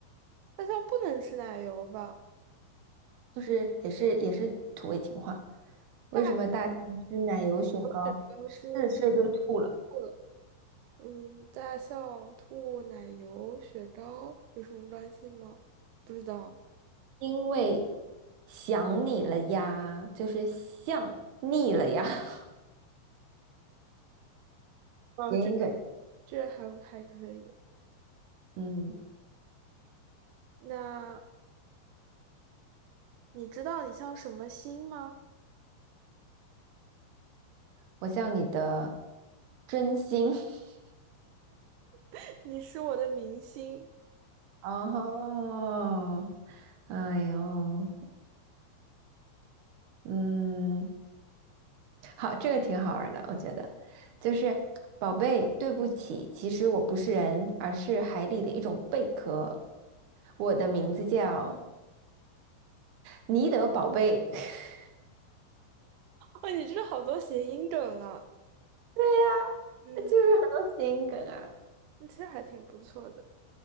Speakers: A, on the right; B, on the right.
A: 那它不能吃奶油吧？
B: 就是也是也是土味情话。为什么大象吃奶油雪糕，
A: 大人要吃的是
B: 吃着吃着就吐了？
A: 兔子。嗯，大象兔、奶油雪糕有什么关系吗？不知道。
B: 因为想你了呀，就是想腻了呀。<laughs>
A: 哦，
B: 谐音梗，
A: 这个这还还可以。
B: 嗯，
A: 那你知道你像什么星吗？
B: 我像你的真心。<laughs>
A: <laughs> 你是我的明星。
B: 哦，哎呦，嗯。好，这个挺好玩的，我觉得，就是宝贝，对不起，其实我不是人，而是海里的一种贝壳。我的名字叫尼德宝贝，<laughs>
A: 哦，你知道好多谐音梗啊。
B: 呀，
A: 嗯，
B: 就是很多谐音梗啊。
A: 那其实还挺不错的。